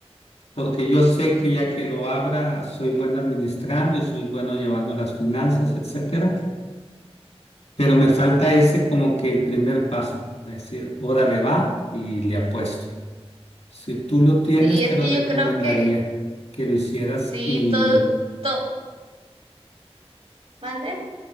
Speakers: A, on the left; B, on the right.
A: porque yo sé que ya que lo abra soy bueno administrando y soy bueno llevando las finanzas, etcétera. Pero me falta ese como que el primer paso, es decir, órale va y le apuesto. Si tú lo tienes,
B: Sí, es
A: te lo
B: que
A: recomendaría
B: yo creo que
A: que lo hicieras
B: sí,
A: y
B: todo, todo, ¿mande?